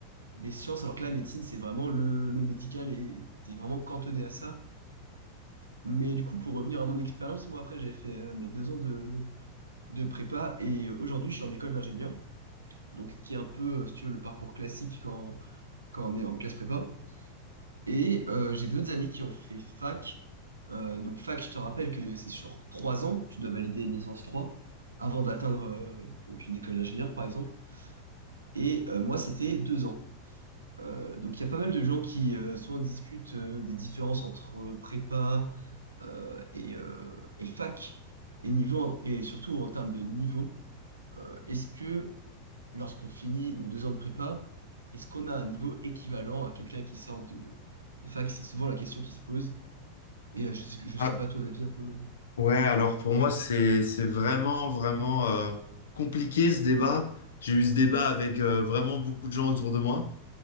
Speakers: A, on the right (about 75°); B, on the left (about 65°).
A: des sciences. Alors que la médecine, c'est vraiment le, le médical et t'es vraiment cantonné à ça. Mais du coup, pour revenir à mon expérience, moi après, j'ai fait euh, mes deux ans de, de prépa et euh, aujourd'hui, je suis en école d'ingénieur. Donc, qui est un peu, euh, si tu veux, le parcours classique quand, quand on est en classe prépa. Et euh, j'ai d'autres amis qui ont fait fac. Euh, donc fac, je te rappelle que c'est sur trois ans, tu dois valider une licence 3 avant d'atteindre euh, donc une école d'ingénieur, par exemple. Et euh, moi, c'était deux ans. Euh, donc il y a pas mal de gens qui euh, souvent discutent euh, des différences entre prépa euh, et, euh, et fac, et, niveau, et surtout en termes de niveau. Euh, est-ce que lorsqu'on finit nos deux ans de prépa, est-ce qu'on a un niveau équivalent à quelqu'un qui sort de, de fac? C'est souvent la question qui se pose. Et euh, je sais, je
B: Ah,
A: sais pas ton avis un peu.
B: ouais, alors pour moi, c'est c'est vraiment, vraiment euh, compliqué ce débat. J'ai eu ce débat avec euh, vraiment beaucoup de gens autour de moi.